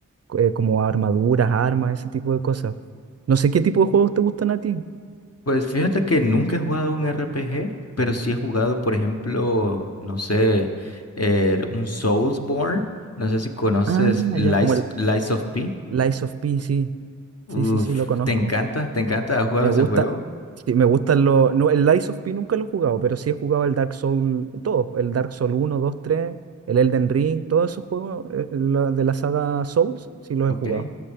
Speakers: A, on the right; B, on the left.
A: eh, como armaduras, armas, ese tipo de cosas. No sé qué tipo de juegos te gustan a ti.
B: Pues fíjate que nunca he jugado un RPG, pero sí he jugado, por ejemplo, no sé, eh, un Soulsborne. No sé si conoces
A: Ah,
B: Lies,
A: ya, como el
B: Lies of P.
A: Lies of P, sí.
B: Uf,
A: Sí, sí, sí, lo conozco.
B: ¿te encanta? ¿Te encanta? ¿Has jugado
A: Me
B: ese
A: gusta.
B: juego?
A: Sí, me gustan los. No, el Lies of P nunca lo he jugado, pero sí he jugado el Dark Soul, todo. El Dark Soul uno, 2, 3, el Elden Ring, todos esos juegos eh, la- de la saga Souls, sí los
B: Ok.
A: he jugado.